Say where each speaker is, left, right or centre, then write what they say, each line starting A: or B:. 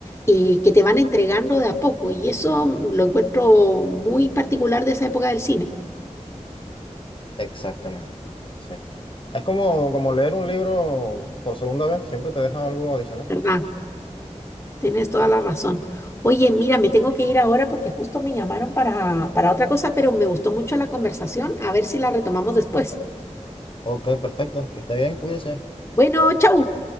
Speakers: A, on the left (about 20°); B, on the left (about 45°).
A: eh, que te van entregando de a poco. Y eso mm, lo encuentro muy particular de esa época del cine,
B: Exactamente. Sí. Es como, como leer un libro por segunda vez, siempre te deja algo adicional.
A: ¿verdad? Tienes toda la razón. Oye, mira, me tengo que ir ahora porque justo me llamaron para, para otra cosa, pero me gustó mucho la conversación. A ver si la retomamos después.
B: Ok, perfecto. Que esté bien, cuídese.
A: Bueno, chau.